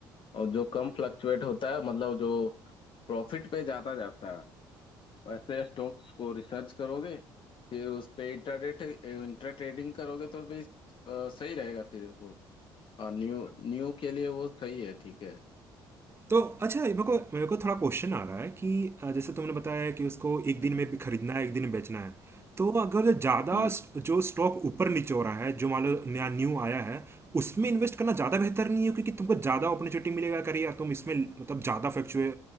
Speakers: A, on the left (about 50°); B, on the right (about 25°).
A: और जो कम फ्लक्चुएट होता है मतलब जो प्रॉफिट पे ज्यादा जाता है वैसे स्टॉक्स को रिसर्च करोगे फिर उस पे इंट्राडे इंट्रा ट्रेडिंग करोगे तो भी अ, सही रहेगा फिर वो और न्यू न्यू के लिए वो सही है ठीक है
B: तो अच्छा मेरे को मेरे को थोड़ा क्वेश्चन आ रहा है कि अ, जैसे तुमने बताया कि उसको एक दिन में भी खरीदना है एक दिन में बेचना है तो अगर ज़्यादा
A: हम्म
B: स्ट- जो स्टॉक ऊपर नीचे हो रहा है जो मान लो नया न्यू आया है उसमें इन्वेस्ट करना ज़्यादा बेहतर नहीं है क्योंकि तुमको ज़्यादा अपॉर्चुनिटी मिलेगा अगर यार तुम इसमें मतलब ज़्यादा फ्लक्चुए